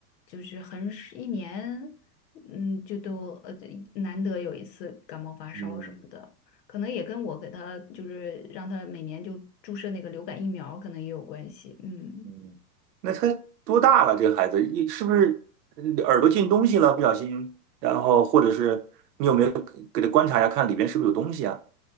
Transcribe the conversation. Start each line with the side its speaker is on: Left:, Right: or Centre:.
Left: 就是很是一年，嗯，就都呃难得有一次感冒发烧什么的，
Right: 嗯。
Left: 可能也跟我给他就是让他每年就注射那个流感疫苗，可能也有关系，嗯。
Right: 嗯，那他多大了？这个孩子，一是不是嗯耳朵进东西了？不小心，然后或者是你有没有给他观察一下，看里边是不是有东西啊？